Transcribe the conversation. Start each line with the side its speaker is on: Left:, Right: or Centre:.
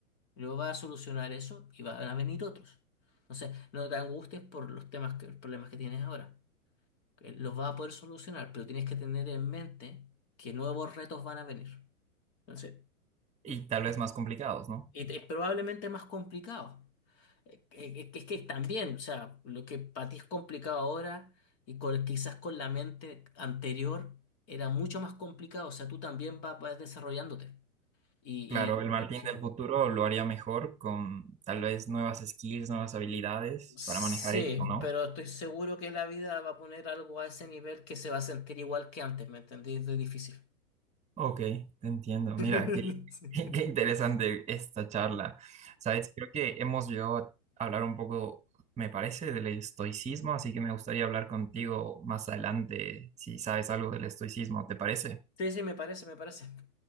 Left: Luego vas a solucionar eso y van a venir otros. Entonces, no te angusties por los temas que, los problemas que tienes ahora. que Los vas a poder solucionar, pero tienes que tener en mente que nuevos retos van a venir. Entonces,
Right: y tal vez más complicados, ¿no?
Left: y es probablemente más complicado. Eh, eh, que Es que también, o sea, lo que para ti es complicado ahora y con- quizás con la mente anterior era mucho más complicado, o sea, tú también va- vas, desarrollándote. Y,
Right: Claro, el
Left: y
Right: Martín
Left: o sea,
Right: del futuro lo haría mejor con tal vez nuevas skills, nuevas habilidades
Left: sí,
Right: para manejar esto, ¿no?
Left: pero estoy seguro que la vida va a poner algo a ese nivel que se va a sentir igual que antes, ¿me entendís? De difícil.
Right: Ok, te entiendo.
Left: <laughs>
Right: Mira, qué, <laughs> qué interesante esta charla. Sabes, creo que hemos llegado a hablar un poco, me parece, del estoicismo, así que me gustaría hablar contigo más adelante si sabes algo del estoicismo, ¿te parece?
Left: Sí, sí, sí, me parece, me parece.